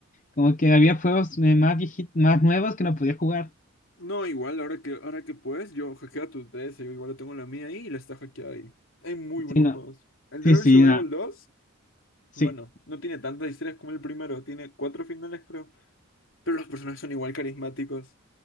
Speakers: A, on the left; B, on the left.
A: como que había juegos eh, más vieji- más nuevos que no podía jugar.
B: No, igual, ahora que, ahora que puedes, yo hackeo a tu DS, yo igual tengo la mía ahí y la está hackeada ahí. Hay muy buenos
A: Sí, no.
B: juegos. El
A: Sí,
B: Driver
A: sí,
B: Survival
A: no.
B: 2
A: Sí.
B: bueno, no tiene tantas historias como el primero, tiene cuatro finales, creo. Pero los personajes son igual carismáticos.